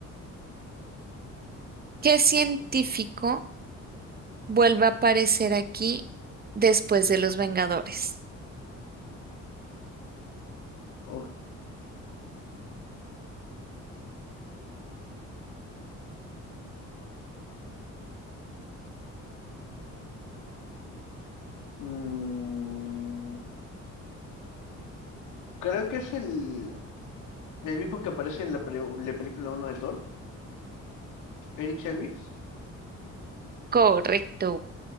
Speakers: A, on the right (about 30°); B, on the left (about 80°).
A: ¿Qué científico vuelve a aparecer aquí después de los Vengadores?
B: Ok. Mm, creo que es el, el mismo que aparece en la, pre- la película uno de Thor, Eric Selvig. <laughs>
A: Correcto.